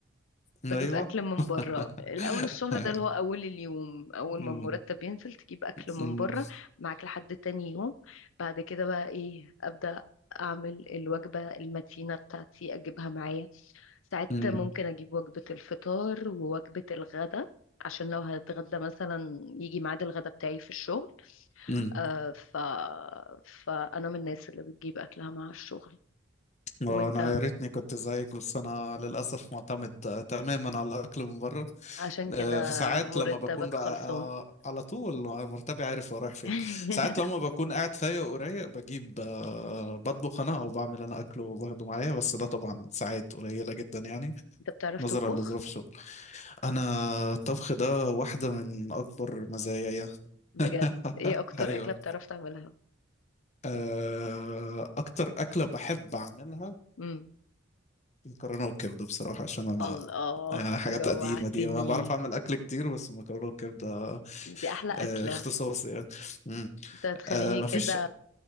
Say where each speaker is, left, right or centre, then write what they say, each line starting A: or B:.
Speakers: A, on the left; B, on the left.
A: بجيب
B: أيوه
A: اكل من بره
B: <laughs>
A: الاول الشهر ده اللي هو اول اليوم اول
B: مم.
A: ما المرتب ينزل تجيب اكل من
B: مم.
A: بره معاك لحد تاني يوم بعد كده بقى ايه ابدا اعمل الوجبه المتينه بتاعتي اجيبها معايا ساعات
B: مم.
A: ممكن اجيب وجبه الفطار ووجبه الغدا عشان لو هتغدى مثلا يجي ميعاد الغدا بتاعي في الشغل
B: مم.
A: آه ف... فانا من الناس اللي بتجيب اكلها مع الشغل وانت
B: وانا يا ريتني كنت زيك بس انا للاسف معتمد تماما على الاكل من بره
A: عشان كده
B: آه، في ساعات
A: مرتبك
B: لما بكون بقى
A: خلصان
B: آه، على طول مرتبي عارف هو رايح فين
A: <laughs>
B: ساعات لما بكون قاعد فايق ورايق بجيب آه، بطبخ انا او بعمل انا اكل وباخده معايا بس ده طبعا ساعات قليله جدا يعني
A: انت بتعرف
B: نظرا
A: تطبخ
B: لظروف شغل انا الطبخ ده واحده من اكبر مزاياي
A: بجد
B: <laughs>
A: ايه اكتر
B: ايوه
A: اكلة بتعرف تعملها
B: آه، اكتر اكله بحب اعملها
A: امم
B: مكرونه وكبده بصراحه عشان انا
A: الله
B: يعني حاجات
A: جوعتني
B: قديمه دي انا بعرف اعمل اكل كتير بس مكرونه وكبده
A: دي احلى
B: آه،
A: اكلة
B: اختصاصي يعني مم.
A: انت هتخليني
B: آه، مفيش
A: كده